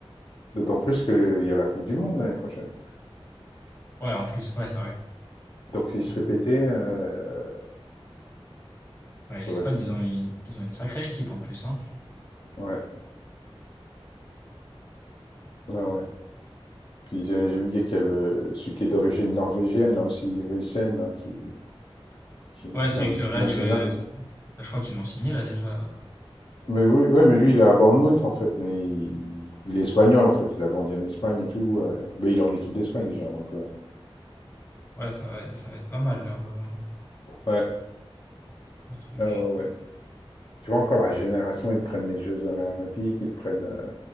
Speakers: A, on the left; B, on the left.
A: D'autant plus qu'il y a la Coupe du Monde l'année prochaine.
B: Ouais, en plus, ouais, c'est vrai.
A: Donc, s'il se
B: Mm.
A: fait péter, euh,
B: Ouais,
A: ça
B: l'Espagne,
A: va être ça.
B: ils ont une, ils ont une sacrée équipe en plus, hein.
A: Ouais, ouais, ouais. Puis, j'ai j'ai oublié qu'il y a le... celui qui est d'origine norvégienne, là aussi, Huijsen, là, qui... Qui...
B: Ouais,
A: qui
B: celui
A: est en
B: que
A: équipe
B: le Real,
A: nationale
B: il veut-
A: et tout.
B: bah, je crois qu'ils l'ont signé là déjà.
A: Mais oui, ouais, mais lui, il est à Bournemouth, en fait. Mais il... il est espagnol, en fait. Il a grandi en Espagne et tout. euh. Mais il est en équipe d'Espagne déjà. Donc, euh,
B: Ouais, ça va, ça va être pas mal leur, euh,
A: ouais.
B: leur truc.
A: Ah, ouais, ouais. Tu vois, encore la génération, ils te prennent les Jeux Olympiques, ils te prennent. euh,